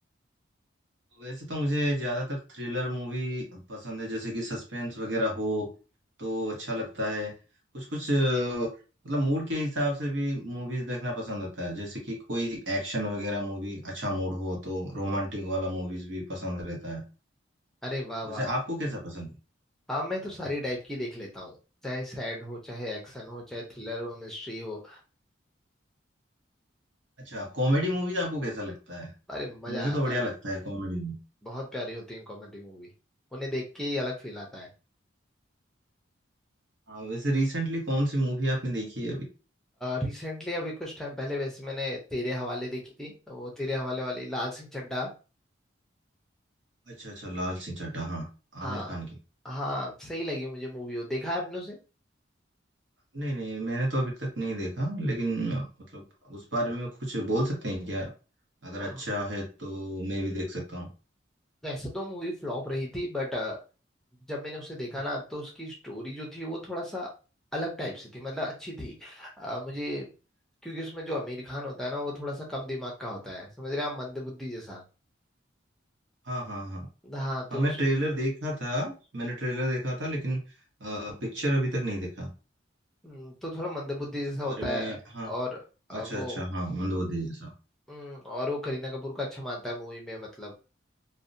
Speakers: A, on the right; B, in the centre.
A: वैसे तो मुझे ज्यादातर थ्रिलर मूवी पसंद है जैसे कि सस्पेंस वगैरह हो तो अच्छा लगता है कुछ कुछ अ, मतलब मूड के हिसाब से भी मूवीज देखना पसंद होता है जैसे कि कोई एक्शन वगैरह मूवी अच्छा मूड हो तो रोमांटिक वाला मूवीज भी पसंद रहता है
B: अरे वाह
A: वैसे
B: वाह
A: आपको कैसा पसंद
B: हाँ मैं तो सारी
A: है
B: टाइप की देख लेता हूँ चाहे सैड हो चाहे एक्शन हो चाहे थ्रिलर हो मिस्ट्री हो
A: अच्छा कॉमेडी मूवीज आपको कैसा लगता है
B: अरे मजा
A: मुझे तो
B: आता
A: बढ़िया
B: है
A: लगता है कॉमेडी मूवी
B: बहुत प्यारी होती है कॉमेडी मूवी उन्हें देख के ही अलग फील आता है
A: हाँ वैसे रिसेंटली कौन सी मूवी आपने देखी है
B: रिसेंटली अभी कुछ टाइम पहले वैसे मैंने तेरे हवाले देखी थी तो वो तेरे हवाले वाली लाल सिंह चड्ढा
A: अच्छा अच्छा लाल सिंह चड्ढा हाँ
B: हाँ
A: आमिर खान की
B: हाँ सही लगी मुझे मूवी वो देखा है आपने उसे
A: नहीं नहीं मैंने तो अभी तक नहीं देखा लेकिन अ, मतलब उस बारे में कुछ बोल सकते हैं क्या अगर
B: हाँ
A: अच्छा है तो मैं भी देख सकता हूँ
B: वैसे तो मूवी फ्लॉप रही थी बट जब मैंने उसे देखा ना तो उसकी स्टोरी जो थी वो थोड़ा सा अलग टाइप से थी मतलब अच्छी थी अ, मुझे क्योंकि उसमें जो आमिर खान होता है ना वो थोड़ा सा कम दिमाग का होता है समझ रहे हैं आप मंदबुद्धि जैसा
A: हाँ हाँ हाँ
B: हाँ तो
A: हाँ मैं
B: उस
A: ट्रेलर देखा था मैंने ट्रेलर देखा था लेकिन पिक्चर अभी तक नहीं देखा
B: हम्म, तो थोड़ा मंदबुद्धि
A: उस
B: जैसा
A: बारे
B: होता
A: में
B: है
A: हाँ
B: और अ,
A: अच्छा
B: वो
A: अच्छा हाँ मंदोदी जैसा
B: हम्म, और वो करीना कपूर का अच्छा मानता है मूवी में मतलब